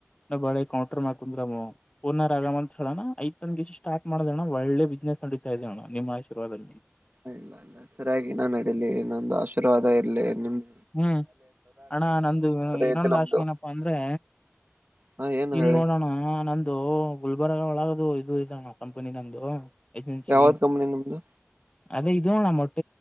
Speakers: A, on the left; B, on the right.
A: ನ ಬಳೆ ಕೌಂಟರ್ ಮಾಡಕಂದ್ರಮ್ಮ ಓನರ್ ಆಗ ಅಂತ ಹೇಳೋಣ ಐ್ದ ಗಸ ಸ್ಟ್ ಮಾಡ್ದೋಣ್ಣ ಒಳ್ಳೆ ಬಿಸ್ನೆಸ್ ನಡತಾ ಇದದೆ ಅಣ್ಣ ನಿಮ್ಮ ಆಶೀರ್ವಾದದಲ್ಲಿ
B: ಇಲ್ಲ ಇಲ್ಲ ಸರಿಯಾಗಿ ನಾನ್ ನಡೀಲಿ ಇನ್ನೊಂದು ಆಶೀರ್ವಾದ ಇರ್ಲಿ ನಿಮ್ದ
A: ಹ್ಮ್ ಅಣ್ಣ ನಂದು ಇನ್ನೊಂದ
B: ಐತೆ ನಮ್ದು
A: ಆಶೆ ಏನಪ್ಪಾ ಅಂದ್ರೆ
B: ಹ ಏನು
A: ಹಂಗ
B: ಹೇಳಿ
A: ನೋಡೋಣ್ಣ ನಂದು ಗುಲ್ಬರ್ಗಾ ಒಳಗದು ಇದು ಇದಣ್ಣ ಕಂಪನಿ ನಂದು ಏಜೆನ್ಸಿ
B: ಯಾವತ್ತು ಕಂಪ್ನಿ ನಿಮ್ದು
A: ಅದೇ ಇದುಣ ಮೊಟ್ಟ